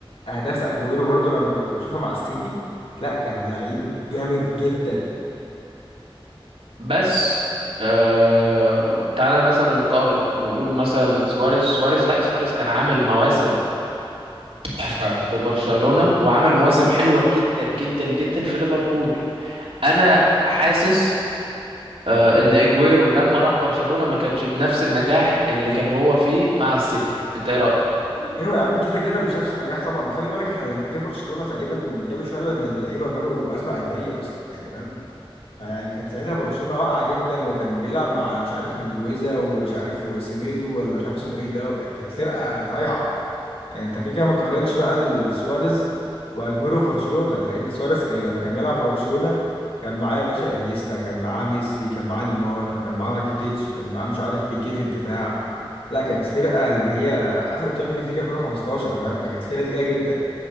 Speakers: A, on the left; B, on the right.
A: اهداف اجويرو برضو لما كنت بشوفها مع السيتي لا كان لعيب جامد جدا
B: بس آه... تعالى مثلا نقارن نقول مثلا سواريز سواريز لا سواريز كان عامل مواسم تحفة في برشلونة وعمل مواسم حلوة جدا جدا جدا في ليفربول انا حاسس آه، ان اجويرو لما راح برشلونة ما كانش بنفس النجاح اللي كان هو فيه مع السيتي انت ايه رأيك
A: ايوه يا عم كده كده مش نفس النجاح طبعا وخلي بالك احنا لما جه برشلونه تقريبا جاله شلل من اللعيبه وجاله ازمه قلبيه اصلا يعني فاهم فيعني كان ساعتها برشلونه واقعه جدا وكان بيلعب مع مش عارف من جويزا ومش عارف وسيميدو ولا مش عارف اسمه ايه ده يعني كانت فرقه ضايعه يعني انت كده كده ما تقارنش بقى ال- سواريز واجويرو في برشلونه لان سواريز كان لما كان بيلعب في برشلونه كان معاه يا باشا انيستا كان معاه ميسي كان معاه نيمار كان معاه راكيتيتش كان معاه مش عارف بيكيه في الدفاع لا كانت فرقه اللي هي اخر تشامبيونز ليج 2015 فاهم فكانت فرقه تقيله جدا